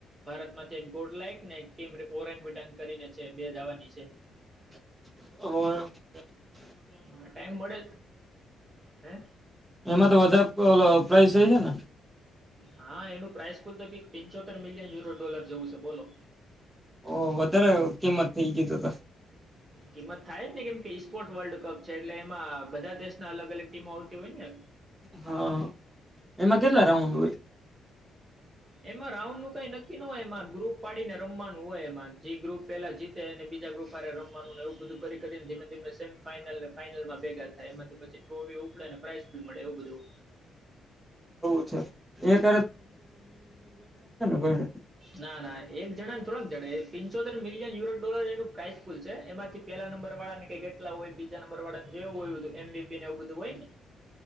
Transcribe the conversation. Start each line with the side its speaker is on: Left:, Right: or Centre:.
Right: ભારત માંથી એક ગોડ લાયક ને એક ટીમ ઓરેંગ વિટન કરીને છે બે જવાની નહીં છે
Centre: અર
Right: ટાઈમ બડે હે
Centre: એમાં તો વધારે ઓ પ્રાઇસ એ છે ને
Right: હા એનું પ્રાઇસ બલ તો કે પિંચોતેર મિલિયન યુરો ડોલર જેવું છે બોલો
Centre: ઓ વધારે કિંમત થઇ ગીધ ત
Right: કિંમત થાય જ ને કેમ કે ઇપોર્ટ વર્લ્ડ કપ છે એટલે એમાં બધા દેશના અલગ અલગ ટીમો આવતી હોય ને
Centre: હા એમાં કેટલા રાઉન્ડ હોય
Right: હમ એમાં રાઉન્ડ નું કઈ નક્કી ન હોય એમાં ગ્રુપ પાડીને રમવાનું હોય એમાં જે ગ્રુપ પેલા જીતે એ અને બીજા રૂફરે રમવાનું એવું બધું કરીને ધીમે ધીમે સેમફાાઈનલ અને ફાઈનલમાં ભેગા થાય એમાંથી પછી ટ્રોફી ઉપ ને પ્રાાઈસ પણ મળે એવું બધું
Centre: અચ્છા એક કોઈને
Right: ના ના એક જણા ને થોડાક જણે પંચોતેર મિલિયનયુરોોર એનું પ્રાઇસકુલ છે એમાંથી પેલા નંબર વાળાને કઈ કેટલા હોય બીજા નંબર વાળા એવું હોયુંચુ એમબીપીને એવું બધું હોય ને